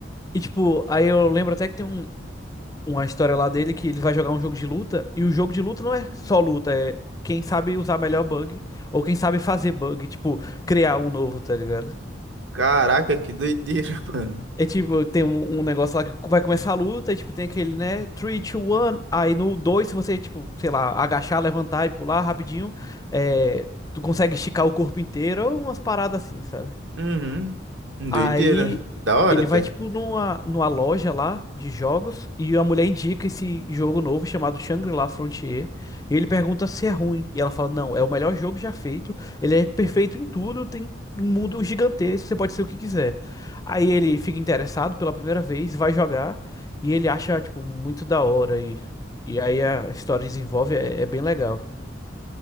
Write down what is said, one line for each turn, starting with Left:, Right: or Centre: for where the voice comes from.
Left: E, tipo, aí eu lembro até que tem um, uma história lá dele que ele vai jogar um jogo de luta. E o jogo de luta não é só luta, é quem sabe usar melhor bug. Ou quem sabe fazer bug, tipo, criar um novo, tá ligado?
Right: Caraca, que doideira, <laughs> mano.
Left: É tipo, tem um, um negócio lá que vai começar a luta, e, tipo, tem aquele, né? 3, 2, 1. Aí no 2 se você, tipo, sei lá, agachar, levantar e pular rapidinho, é, tu consegue esticar o corpo inteiro, ou umas paradas assim, sabe?
Right: Uhum. Doideira.
Left: Aí
Right: Da hora
Left: ele
Right: até.
Left: vai, tipo, numa, numa loja lá de jogos e a mulher indica esse jogo novo chamado Shangri-La Frontier. E ele pergunta se é ruim. E ela fala: Não, é o melhor jogo já feito. Ele é perfeito em tudo, tem um mundo gigantesco, você pode ser o que quiser. Aí ele fica interessado pela primeira vez, vai jogar e ele acha, tipo, muito da hora. E, e aí a história desenvolve, é, é bem legal.